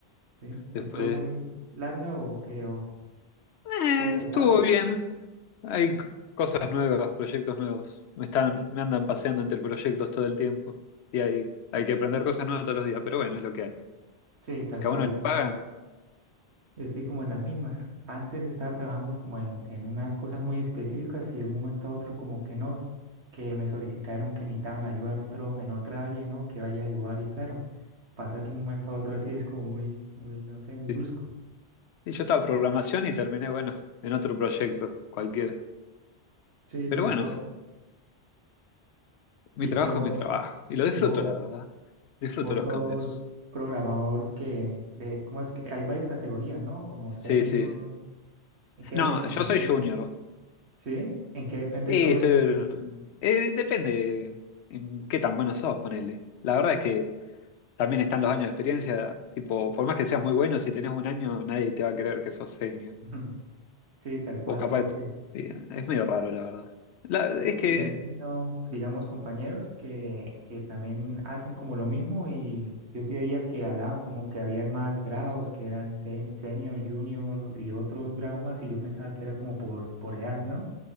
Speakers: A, on the right; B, on the left.
A: ¿Sí?
B: Después,
A: ¿Estuvo muy larga o qué? ¿O
B: eh,
A: estuvo pesado?
B: estuvo bien. Hay c- cosas nuevas, proyectos nuevos. Me están, me andan paseando entre proyectos todo el tiempo. Y hay, hay que aprender cosas nuevas todos los días, pero bueno, es lo que hay.
A: Sí, tal
B: Si
A: cual,
B: a uno
A: yo
B: le
A: también.
B: pagan,
A: Yo estoy como en las mismas. Antes estaba trabajando como en, en unas cosas muy específicas y de un momento a otro como que no, que me solicitaron que necesitaban ayuda en otro, en otra área, ¿no? Que vaya a ayudar y claro, pasar de un momento a otro así es como muy, muy, no sé, muy
B: sí.
A: brusco.
B: Sí, yo estaba en programación y terminé, bueno, en otro proyecto, cualquiera.
A: Sí,
B: Pero
A: tal
B: bueno,
A: cual.
B: eh, mi
A: Y
B: trabajo
A: que vos,
B: es mi trabajo. Y lo disfruto,
A: vos,
B: la verdad. Disfruto
A: vos
B: los
A: sos
B: cambios.
A: programador que de, ¿cómo es que? Hay varias categorías, ¿no? Como senior.
B: Sí, sí.
A: ¿En qué,
B: No,
A: en
B: yo soy
A: qué depende?
B: junior.
A: ¿Sí? ¿En qué depende
B: Sí,
A: todo
B: estoy...
A: eso?
B: eh, depende en qué tan bueno sos, ponele. La verdad es que también están los años de experiencia, tipo, por más que seas muy bueno, si tenés un año, nadie te va a creer que sos senior.
A: <laughs> Sí, tal cual.
B: Vos capaz,
A: Porque,
B: sí, es medio raro, la verdad. La-
A: sí,
B: es
A: porque
B: que,
A: yo he tenido, digamos, compañeros que, que también hacen como lo mismo y yo sí veía que hablaban como que habían más grados, que eran se- senior, junior y otros grados más y yo pensaba que era como por, por edad, ¿no?